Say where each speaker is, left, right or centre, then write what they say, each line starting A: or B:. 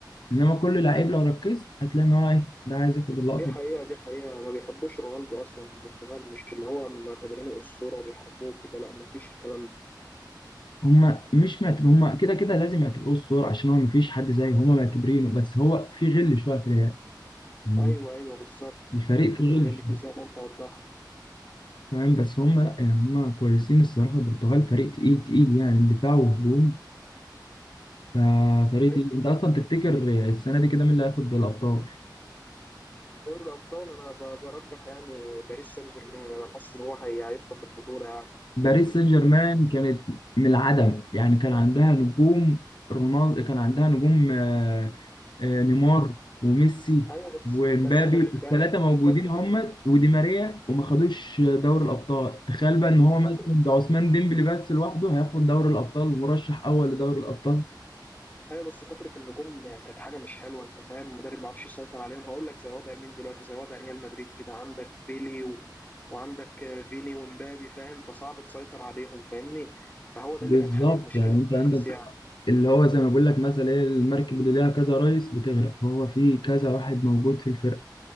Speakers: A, on the left; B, on the left.
A: انما كل لعيب لو ركزت هتلاقي ان هو ايه ده عايز ياخد اللقطه
B: دي حقيقة
A: دي
B: دي حقيقة ما بيحبوش رونالدو أصلا في البرتغال مش اللي هو معتبرينه أسطورة وبيحبوه كده لا ما فيش الكلام ده
A: هما مش معتب... هما كده كده لازم يعتبروه الصورة عشان هو مفيش حد زيه هما معتبرينه بس هو في غل شوية في العيال يعني
B: أيوه أيوه بالظبط
A: الفريق
B: حتة
A: فيه
B: الغل
A: غل شوية
B: دي زي ما أنت وضحت
A: فاهم بس هم لا يعني هم كويسين الصراحه البرتغال فريق تقيل تقيل يعني دفاع وهجوم ففريق
B: أيوه
A: تقيل انت اصلا تفتكر السنه دي كده مين اللي هياخد الابطال
B: دوري الأبطال أنا ب- برجح يعني باريس سان جيرمان أنا حاسس إن هو هي- هيخطف البطولة يعني
A: باريس سان جيرمان كانت من العدم يعني كان عندها نجوم رونالدو كان عندها نجوم آه، آه، نيمار وميسي
B: أيوه بس
A: ومبابي
B: بس خلي في
A: الثلاثه
B: بالك
A: موجودين
B: كثرة
A: هم
B: ال-
A: ودي ماريا وما خدوش دوري الابطال تخيل بقى ان هو
B: كثرة
A: مثلا ده عثمان ديمبلي بس لوحده هياخد دوري الابطال ومرشح اول لدوري الابطال
B: ايوه بس كثره النجوم يعني كانت حاجه مش حلوه انت فاهم المدرب ما بيعرفش يسيطر عليهم هقول لك زي وضع مين دلوقتي زي وضع ريال مدريد كده عندك بيلي و... وعندك آه، فيني ومبابي فاهم فصعب تسيطر عليهم فاهمني فهو ده
A: بالظبط
B: اللي كان خالق المشكله
A: يعني
B: في
A: انت
B: باريس
A: عندك
B: يعني
A: اللي هو زي ما بقول لك مثلا ايه المركب اللي ليها كذا رئيس بتغرق هو في كذا واحد موجود في الفرقه